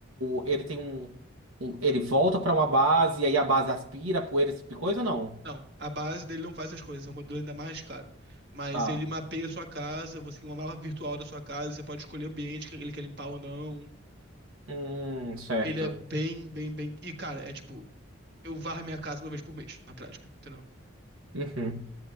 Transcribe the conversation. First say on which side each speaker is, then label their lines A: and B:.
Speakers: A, on the right; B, on the right.
A: o ele tem um, um- ele volta pra uma base e aí a base aspira poeira, esse tipo de coisa ou não?
B: não. A base dele não faz essas coisas. É um modelo ainda mais caro. Mas
A: Tá.
B: ele mapeia a sua casa. Você tem uma mala virtual da sua casa. Você pode escolher o ambiente que ele quer limpar ou não.
A: Hum, certo.
B: Ele é bem, bem, bem. E, cara, é tipo, eu varro minha casa uma vez por mês, na prática, entendeu?
A: Uhum.